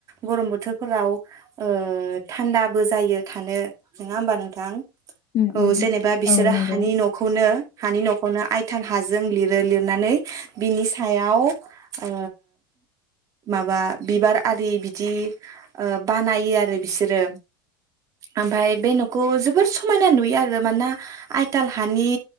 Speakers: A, on the right; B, on the left.
A: गरम बोथोरफोराव ओ थान्दाबो जायो थानो नङा होमबा नोंथां?
B: उम
A: औ
B: उम
A: जेनेबा बिसोरो
B: औ नंगौ
A: हानि न'खौनो हानि न'खौ नो आइथान हाजों लिर दों लिरनानै बिनि सायाव ओ माबा बिबार आरि बिदि ओ बानायो आरो बिसोरो आमफाय बे न'खौ जोबोर समायना नुयो आरो मानोना आइथाल हानि